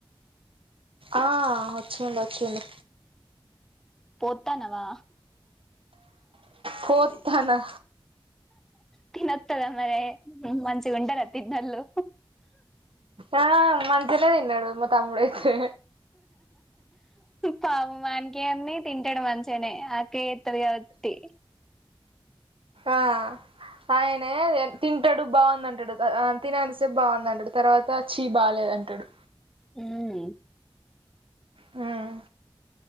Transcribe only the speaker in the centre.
పోతానవా
తినతద మరి మంచింగుంటల్ల తిన్నోళ్ళు
పాపం వణికేంది తింటాడు మంచిగానే త్తాడు కాబట్టి
హ్మ్